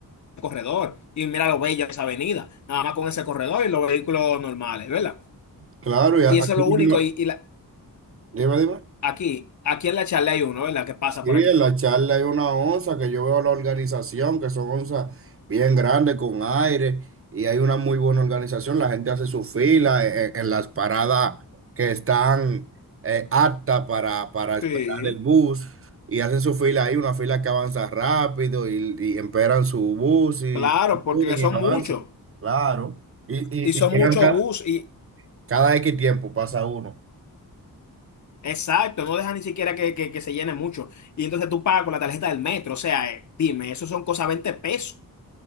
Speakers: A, on the left; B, on the right.
A: corredor y mira lo bella esa avenida, nada más con ese corredor y los vehículos normales, ¿verdad?
B: Claro, y a-
A: Y
B: aquí
A: eso es lo
B: mismo
A: único. Y, y la-
B: Dime, dime.
A: aquí, aquí en la charla hay uno, ¿verdad? Que pasa
B: Sí,
A: por aquí.
B: en la charla hay una onza que yo veo la organización, que son onzas bien grandes con aire y hay una muy buena organización. La gente hace su fila e- e- en, las paradas que están eh, aptas para, para esperar
A: Sí,
B: el bus y hacen su fila ahí, una fila que avanza rápido y, y esperan su bus y
A: claro, porque
B: suben
A: son
B: y avanzan.
A: muchos
B: Claro. Y, y,
A: y son
B: y llegan
A: muchos
B: ca-
A: bus y
B: cada X tiempo, pasa uno.
A: exacto, no deja ni siquiera que, que, que se llene mucho. Y entonces tú pagas con la tarjeta del metro, o sea, eh, dime, eso son cosas 20 pesos